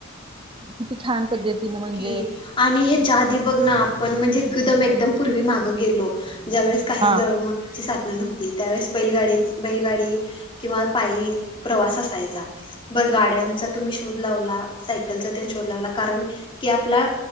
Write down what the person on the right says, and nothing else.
किती छान पद्धतीने म्हणजे
हा